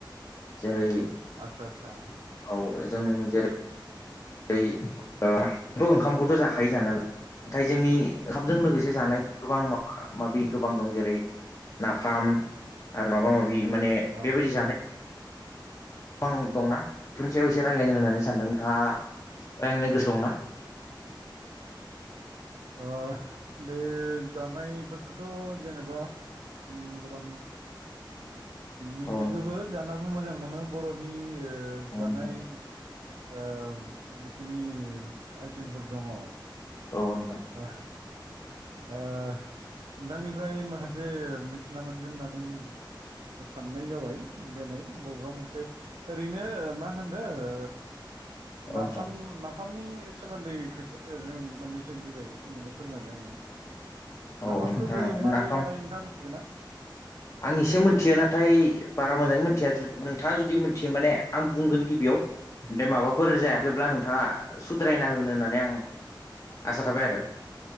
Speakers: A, on the left; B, on the right.
A: जेरै
B: आतसा आतसा।
A: औ जों जेरै बै ओ थ' ओंखामखौथ' जाखायो जानायालाय नाथाय जोंनि ओंखामजों लोगोसे जानाय
B: अ
A: गोबां माबा माबि गोबां दं जेरै नाफाम आरो माबा माबि माने
B: औ
A: बेबायदि जानाय गोबां दंना थुनसेयाव एसे रायलायगोन होननानै सानदों नोंथाङा रायलायनो गोसो दंना?
B: ओ बे जानायफोरखौथ' जेनेबा उम गोबां मिनथिगोबो
A: औ
B: जानाबो मोजां मोनो बर'नि ओ
A: नोंथां
B: जानाय ओ जिखिनि आइटेमफोर दङ
A: औ नोंथां।
B: ओ नोंथांनिफ्राय माखासे से मिथिना मोनगोन होननानै साननाय जाबाय दिनै बबेबा मोनसे ओरैनो मा होनो ओ
A: औ
B: नाफाम
A: नोंथां
B: नाफामनि सोमोन्दै खेसे ओरैनो मोननैसो बुजाय माने फोरमायलाय आंनो।
A: औ नोंथां
B: नाफामखौबो
A: औ नोंथां
B: माबोरै
A: नाफाम
B: बानायो नोंथाङा मिथिगौ ना?
A: आं एसे मोनथियो नाथाय बारा मोजाङै मोनथिया जु नोंथाङा जुदि मोनथियो माने आं बुंगोन गिबियाव दे माबाफोर जायाखैब्ला नोंथाङा सुद्रायना होगोन होननानै आं आसा थाबाय आरो